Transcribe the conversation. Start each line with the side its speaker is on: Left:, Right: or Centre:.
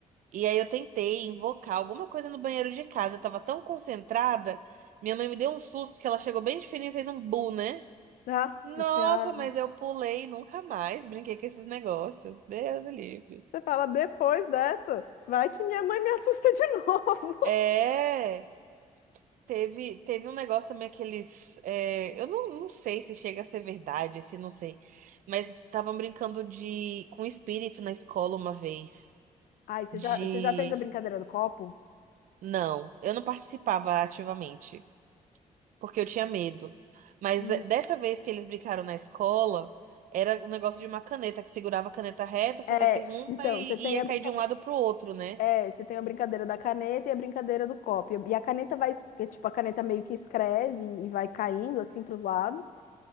Right: E aí eu tentei invocar alguma coisa no banheiro de casa. Eu tava tão concentrada. Minha mãe me deu um susto que ela chegou bem de fininho e fez um bu, né?
Left: Nossa
Right: Nossa,
Left: Senhora,
Right: mas eu pulei nunca mais. Brinquei com esses negócios. Deus o livre.
Left: você fala depois dessa, vai que minha mãe me assusta de novo.
Right: É. Teve, teve um negócio também, aqueles. é, eu não, não sei se chega a ser verdade, se não sei. Mas estavam brincando de com espírito na escola uma vez.
Left: <laughs> Ai, você
Right: De.
Left: já, você já fez a brincadeira do copo?
Right: Não, eu não participava ativamente, porque eu tinha medo. Mas
Left: Hum.
Right: é, dessa vez que eles brincaram na escola, era o negócio de uma caneta, que segurava a caneta reta, fazia
Left: É,
Right: pergunta
Left: então,
Right: e,
Left: você tem
Right: e ia
Left: a
Right: cair
Left: brincadeira,
Right: de um lado pro outro, né?
Left: é, você tem a brincadeira da caneta e a brincadeira do copo. E a caneta vai, es- é, tipo, a caneta meio que escreve e vai caindo assim para os lados.